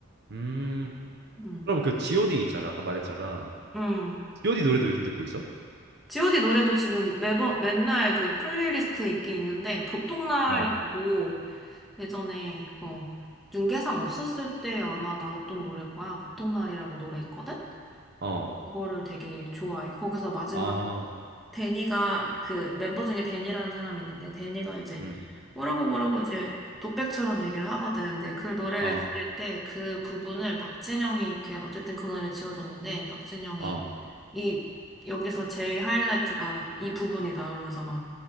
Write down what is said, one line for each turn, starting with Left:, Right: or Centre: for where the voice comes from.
Right: 음.
Centre: 응,
Right: 그럼 그 G.O.D 있잖아. 아까 말했잖아.
Centre: 응.
Right: G.O.D 노래도 요즘 듣고 있어?
Centre: GOD 노래도 지금 매번 맨날 그 플레이리스트에 있긴 있는데 보통 날이라고
Right: 어.
Centre: 예전에 어 윤계상 없었을 때 아마 나왔던 노래 거야. 보통 날이라고 노래 있거든?
Right: 어.
Centre: 그거를 되게 좋아해. 거기서 마지막
Right: 아.
Centre: 데니가 그 멤버 중에 데니라는 사람이 있는데 데니가 이제
Right: 음.
Centre: 뭐라고 뭐라고 이제 독백처럼 얘기를 하거든. 근데 그 노래를
Right: 아.
Centre: 들을 때 그 부분을 박진영이 이렇게 어쨌든 그 노래를 지어줬는데 박진영이
Right: 아.
Centre: 이 여기서 제일 하이라이트가 이 부분이다 그러면서 막